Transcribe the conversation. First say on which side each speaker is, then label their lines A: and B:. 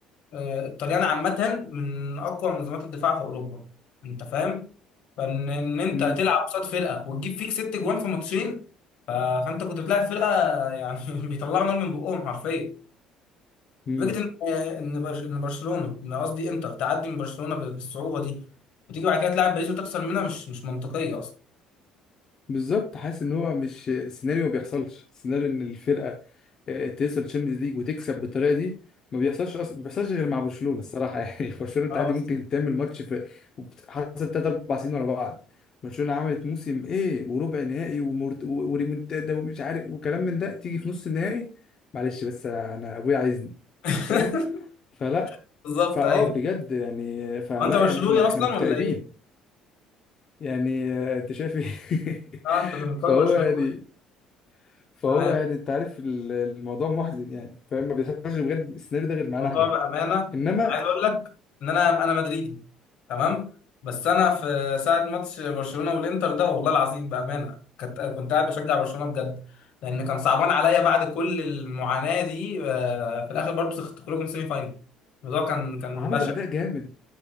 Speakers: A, on the left; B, on the left.
A: آه، الطليان عامة من أقوى منظمات الدفاع في أوروبا أنت فاهم؟ فإن إن أنت
B: إمم،
A: تلعب قصاد فرقة وتجيب فيك ست جوان في ماتشين ف... فأنت كنت بتلعب فرقة يعني <laughs> بيطلعوا نار من بقهم حرفيا
B: إمم.
A: فكرة إن آه، إن برش- إن برشلونة إن قصدي إنتر تعدي من برشلونة ب- بالصعوبة دي وتيجي بعد كده تلعب باريس وتخسر منها مش مش منطقية أصلا
B: بالظبط حاسس ان هو مش سيناريو ما بيحصلش سيناريو ان الفرقه آه، توصل تشامبيونز ليج وتكسب بالطريقه دي ما بيحصلش اصلا ما بيحصلش غير مع برشلونه الصراحه <laughs> يعني برشلونه انت
A: اه
B: عادي
A: بالظبط
B: ممكن تعمل ماتش في وبت- حصل 3 4 سنين ورا بعض برشلونه عملت موسم ايه وربع نهائي ومرت... و- وريمونتادا ومش عارف وكلام من ده تيجي في نص النهائي معلش بس انا ابويا عايزني
A: <laughs>
B: فاهم فلا
A: بالظبط،
B: فاه
A: أيوه
B: بجد يعني فلا
A: هو أنت برشلوني
B: يعني احنا
A: أصلا
B: احنا مكتئبين
A: ولا إيه؟
B: يعني آه، انت شايف ايه
A: أه أنت زملكاوي
B: <laughs> فهو
A: برشلونة
B: يعني فهو
A: تمام
B: يعني انت عارف ال- الموضوع محزن يعني فاهم ما بيحصلش بجد السيناريو ده غير معانا
A: الموضوع
B: احنا
A: بأمانة أنا
B: انما
A: عايز أقول لك إن أنا أنا مدريدي تمام بس أنا في ساعة ماتش برشلونة والإنتر ده والله العظيم بأمانة كنت كنت قاعد بشجع برشلونة بجد لأن كان صعبان عليا بعد كل المعاناة دي آه، في الآخر برضه تخرجوا من سيمي فاينل الموضوع كان كان
B: عملوا
A: بشع
B: اداء جامد